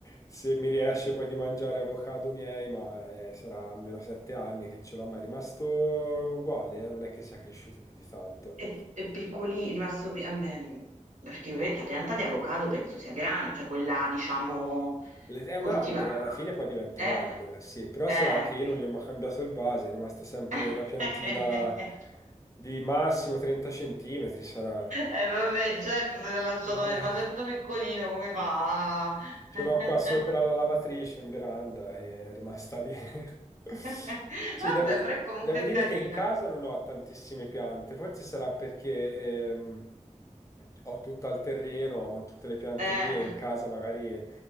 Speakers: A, on the left; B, on the right.
A: se mi riesce poi di mangiare avocado miei, ma eh, sarà almeno sette anni che ce l'ho, ma è rimasto uguale, eh, non è che sia cresciuto più di tanto.
B: È, è piccoli- rimasto, pi- vabbè, perché ve- la pianta di avocado penso sia grande, cioè quella, diciamo,
A: Le- È un
B: coltivata.
A: albero, alla fine poi diventa
B: Eh,
A: un albero, sì, però
B: eh,
A: sarà che io
B: qui.
A: non gli ho mai cambiato il vaso, è rimasta sempre
B: <laughs>
A: una piantina di massimo 30 centimetri, sarà...
B: Eh, vabbè, certo, se l'ha lasciato
A: Eh,
B: nel vasetto piccolino, come fa?
A: Ce l'ho
B: <laughs>
A: qua sopra la lavatrice in veranda e è rimasta lì. <laughs>
B: Vabbè,
A: Sì, devo,
B: però è comunque
A: devo dire
B: carina.
A: che in casa non ho tantissime piante, forse sarà perché ehm, ho tutto al terreno, ho tutte le piante
B: Eh,
A: lì e in casa magari